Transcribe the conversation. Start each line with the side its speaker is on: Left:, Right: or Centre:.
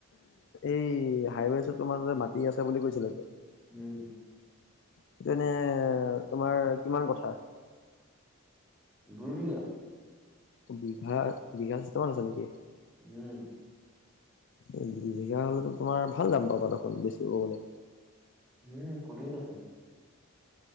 Left: এই হাইৱে তোমাৰ যে মাটি আছে বুলি কৈছিলা যে।
Centre: উম
Left: সেইটো এনে তোমাৰ কিমান কথা
Centre: দুই বিঘা
Left: বিঘা বিঘা চিষ্টেমত আছে নেকি।
Centre: উম,
Left: এই দুই বিঘা হলেতো তোমাৰ ভাল দাম পাবা দেখোন বেচিব গলে।
Centre: উম, কুটিত আছে।